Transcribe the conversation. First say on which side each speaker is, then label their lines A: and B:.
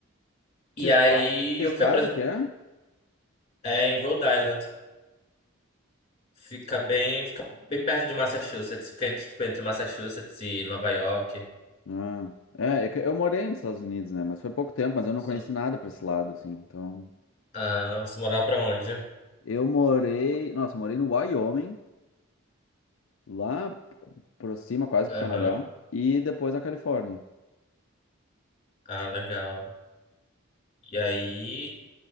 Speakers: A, on the left; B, on the left.
A: E
B: Que estado,
A: aí
B: que
A: eu
B: estado
A: fui apresentar
B: que é?
A: em Rhode Island. Fica bem, fica bem perto de Massachusetts. Fica entre, tipo, entre Massachusetts e Nova York.
B: Ah, é, é que eu morei nos Estados Unidos, né? Mas foi pouco tempo, mas eu não
A: Você-
B: conheci nada pra esse lado, assim. Então,
A: Ah, você morava pra onde?
B: eu morei... Nossa, eu morei no Wyoming, lá por cima, quase
A: Aham.
B: pro Canadá, e depois na Califórnia.
A: Ah, legal. E aí.